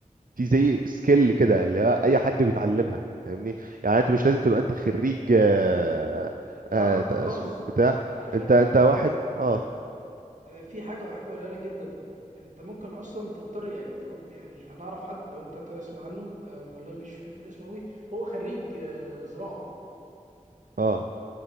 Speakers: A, on the right; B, on the right.
A: دي زي سكيل كده اللي هو اي حد بيتعلمها فاهمني يعني انت مش لازم تبقى انت خريج آه
B: لا
A: آه
B: لا
A: ت- اسمه
B: خالص
A: بتاع
B: على فكره
A: انت انت واحد اه
B: آه، في حاجه بحبها لك جدا انت ممكن اصلا تختار يعني انت ممكن يعني انا اعرف حد لو انت تسمع عنه آه، والله مش فاكر اسمه قوي هو خريج آه، زراعه
A: اه